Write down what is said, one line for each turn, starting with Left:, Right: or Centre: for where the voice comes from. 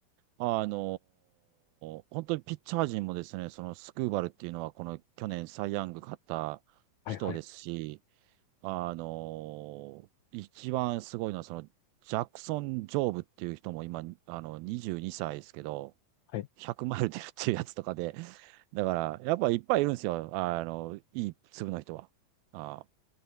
Right: あのー本当にピッチャー陣もですね、そのスクーバルっていうのは、この去年サイ・ヤング勝った人ですし、
Left: はいはい。
Right: あのー一番すごいのは、その、ジャクソン・ジョーブっていう人も今、あの、22歳ですけど、
Left: はい。
Right: 100マイル出るっていうやつとかで、<laughs> だから、やっぱいっぱいいるんですよ。あの、いい粒の人は。あ